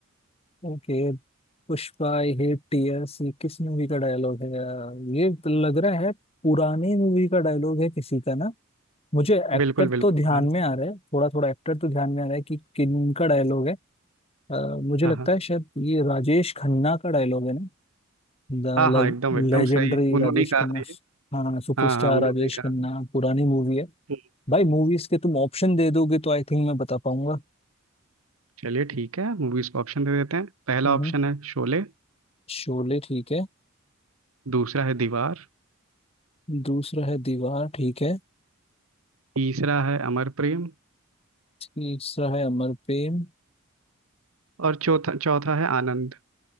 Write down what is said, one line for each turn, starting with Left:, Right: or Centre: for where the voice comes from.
Left: Okay Pushpa I hate tears ये किस मूवी का डायलॉग है अ, ये तो लग रहा है पुरानी मूवी का डायलॉग है किसी का ना मुझे एक्टर
Right: बिल्कुल बिल्कुल
Left: तो ध्यान
Right: पुराना
Left: में आ रहा है थोड़ा थोड़ा एक्टर तो ध्यान में आ रहा है कि किन का डायलॉग है अ, मुझे
Right: हाँ
Left: लगता
Right: हाँ
Left: है शायद ये राजेश खन्ना का डायलॉग है ना द
Right: हाँ हाँ एकदम एकदम
Left: लेजेंडरी
Right: सही उन्होंने
Left: राजेश
Right: ही कहा
Left: खन्ना
Right: था ये
Left: हाँ सुपरस्टार
Right: हाँ हाँ उन्होंने
Left: राजेश
Right: ही कहा
Left: खन्ना
Right: था
Left: पुरानी मूवी है
Right: हम्म,
Left: भाई मूवीज के तुम ऑप्शन दे दोगे तो आई थिंक मैं बता पाऊंगा
Right: चलिए ठीक है मूवीज को ऑप्शन दे देते हैं पहला
Left: हम्म,
Right: ऑप्शन है शोले
Left: शोले ठीक है
Right: दूसरा है दीवार
Left: दूसरा है दीवार ठीक है
Right: तीसरा है अमर प्रेम
Left: तीसरा है अमर प्रेम
Right: और चौथा चौथा है आनंद